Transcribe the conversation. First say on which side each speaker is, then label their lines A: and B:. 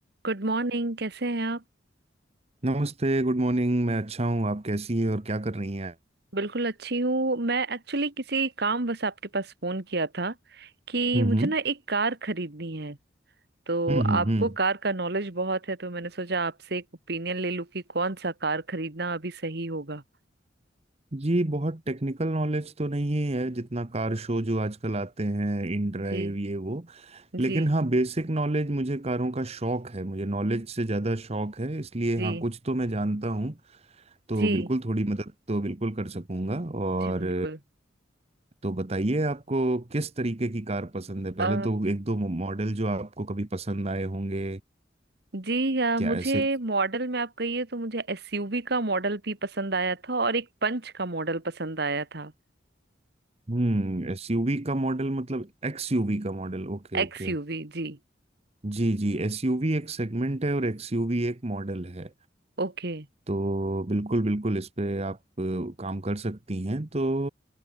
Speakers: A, on the right; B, on the right.
A: गुड मॉर्निंग कैसे हैं आप
B: नमस्ते Good morning मैं अच्छा हूँ आप कैसी हैं और क्या कर रही हैं
A: बिल्कुल अच्छी हूँ मैं एक्चुअली किसी काम बस आपके पास फोन किया था कि
B: हम्म
A: मुझे
B: हम्म
A: ना एक कार खरीदनी है तो
B: हम्म
A: आपको
B: हम्म हम्म।
A: कार का नॉलेज बहुत है तो मैंने सोचा आपसे एक ओपिनियन ले लूँ कि कौन सा कार खरीदना अभी सही होगा
B: ये बहुत टेक्निकल नॉलेज तो नहीं है जितना कार शो जो आजकल आते हैं इन ड्राइव
A: जी
B: ये वो
A: जी
B: लेकिन हाँ बेसिक नॉलेज मुझे कारों का शौक है मुझे नॉलेज से ज़्यादा शौक है इसलिए
A: जी
B: हाँ कुछ तो मैं जानता हूँ तो
A: जी
B: बिल्कुल थोड़ी मदद तो बिल्कुल कर सकूंगा और
A: जी बिल्कुल
B: तो बताइए आपको किस तरीके की कार पसंद है पहले
A: अ
B: तो एक दो मॉडल जो आपको कभी पसंद आए होंगे
A: जी अ,
B: क्या
A: मुझे
B: ऐसे
A: मॉडल में आप कहिए तो मुझे एसयूवी का मॉडल भी पसंद आया था और एक पंच का मॉडल पसंद आया था
B: हम्म एसयूवी का मॉडल मतलब एक्सयूवी का मॉडल Okay okay
A: एक्सयूवी जी
B: जी जी एसयूवी एक सेगमेंट है और एक्सयूवी एक मॉडल है
A: ओके
B: तो बिल्कुल बिल्कुल इस पे आप अ, काम कर सकती हैं तो